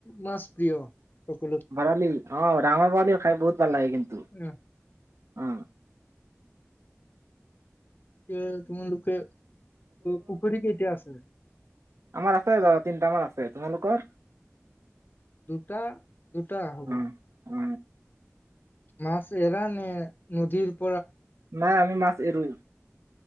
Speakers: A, on the left; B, on the right.
A: মাছ প্ৰিয় সকলোত
B: ভৰালি অ ডাঙৰ বৰালি খাই বহুত ভাল লাগে কিন্তু
A: অ',
B: অ
A: এয়া তোমালোকে পুখুৰী কেইতিয়া আছে?
B: আমাৰ আছে ৰ তিনটামানা আছে। তোমালোকৰ
A: দুটা দুটা হব।
B: অ অ
A: মাছ এৰা নে? নদীৰপ
B: নাই আমি মাছ তেৰু।